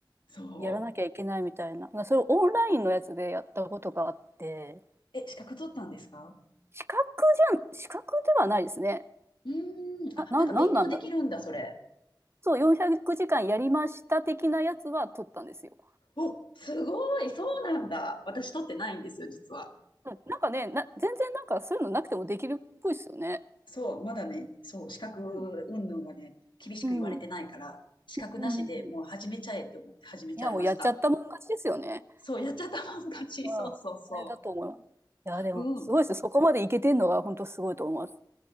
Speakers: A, on the left; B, on the right.
A: そ
B: やらなきゃいけないみたいな。それをオンラインのやつでやったことがあって、
A: う。え、資格取ったんですか
B: 資格じゃん、資格ではないですね。
A: うーん。あ、
B: な、
A: なんか勉強できるんだ、
B: な、なんなんだろう。
A: それ。
B: そう、400時間やりました的なやつは取ったんですよ。
A: お、すごいそうなんだ私取ってないんですよ、実は。
B: うんなんかね、な、全然なんかそういうのなくてもできるっぽいですよね。
A: そう、まだね、そう、資格云々はね、
B: うん。
A: 厳しく言われてないから、
B: うん。
A: 資格なしでもう始めちゃえって思って始めちゃいました。
B: うん。いや、もうやっちゃったもん勝ちですよね。
A: そう、やっちゃったもん勝ち。
B: うん。
A: そうそうそ
B: ね、だと思います。いや、でも、
A: う。
B: すごいですよ。
A: うん。
B: そこまでいけてんのが、本当すごいと思います。